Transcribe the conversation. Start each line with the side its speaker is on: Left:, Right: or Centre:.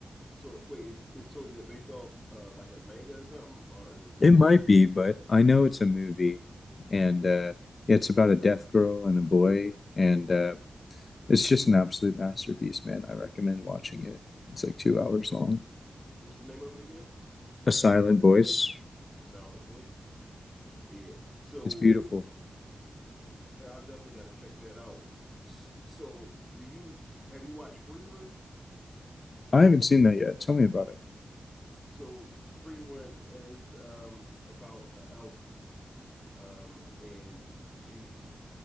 Centre: so wait is, is so is it based off uh like a manga or something or is it just
Left: It might
Centre: a movie?
Left: be, but I know it's a movie, and uh, yeah, it's about a deaf girl and a boy, and uh, it's just an absolute masterpiece, man. I recommend watching it. It's like two hours long.
Centre: What's the name of it again?
Left: A Silent Voice.
Centre: A Silent Voice. Yeah. So
Left: It's beautiful.
Centre: I definitely got to check that out. So, do you have you watched Free Run?
Left: I haven't seen that yet. Tell me about it.
Centre: So, Free Run is um about an elf, um, and she's